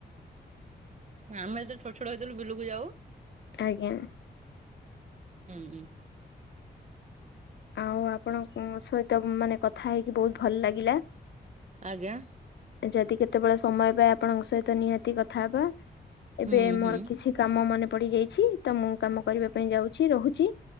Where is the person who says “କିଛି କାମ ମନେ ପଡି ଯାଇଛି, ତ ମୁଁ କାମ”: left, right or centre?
Left